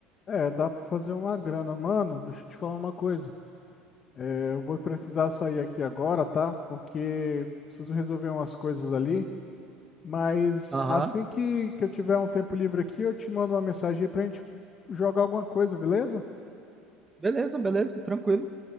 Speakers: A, on the left; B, on the right.
A: É, dá pra fazer uma grana. Mano, deixa eu te falar uma coisa. É, Eu vou precisar sair aqui agora, tá? Porque preciso resolver umas coisas ali. Mas
B: Aham.
A: assim que, que eu tiver um tempo livre aqui, eu te mando uma mensagem aí pra gente jogar alguma coisa, beleza?
B: Beleza, beleza, tranquilo.